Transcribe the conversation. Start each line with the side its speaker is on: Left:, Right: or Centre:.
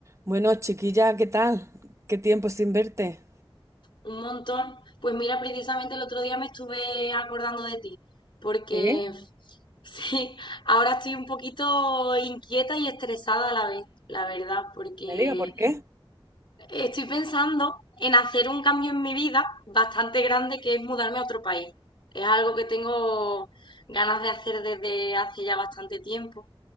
Right: Bueno, chiquilla, ¿qué tal? ¿Qué tiempo sin verte?
Left: Un montón. Pues mira, precisamente el otro día me estuve acordando de ti, porque
Right: Sí,
Left: <laughs> sí, ahora estoy un poquito inquieta y estresada a la vez, la verdad, porque
Right: me diga por qué.
Left: estoy pensando en hacer un cambio en mi vida bastante grande que es mudarme a otro país. Es algo que tengo ganas de hacer desde hace ya bastante tiempo.